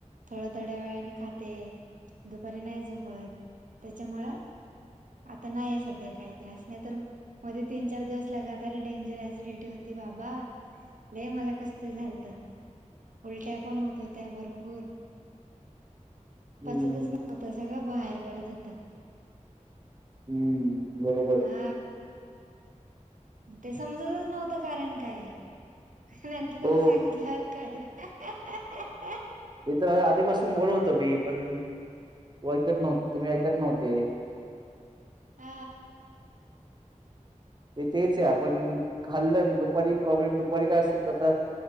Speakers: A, on the right; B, on the right.
A: थोड्या-थोड्या वेळाने खाते दुपारी नाही झोपत तेच्यामुळं आता नाहीय सध्या काही त्रास नाही, तर मध्ये तीन चार दिवस लगातार डेंजर ऍसिडिटी होती बाबा. ले मला कसते झालत उलट्या पण होत होत्या भरपूर
B: हम्म
A: पचतच नव्हत सगळं बाहेर पडत होत.
B: हम्म बरोबर.
A: हा ते समजतच नव्हतं कारण काय. नंतर तुम्ही
B: हो
A: सांगितल्यावर काढल. <inaudible>
B: इकड आधी पासून बोलत होते मी पण वयकत नव्हत तुम्ही ऐकत न्हत ते
A: आ
B: ते तेच आपण खाल्ल दुपारी प्रॉब्लेम दुपारी दुपारी काय असत तता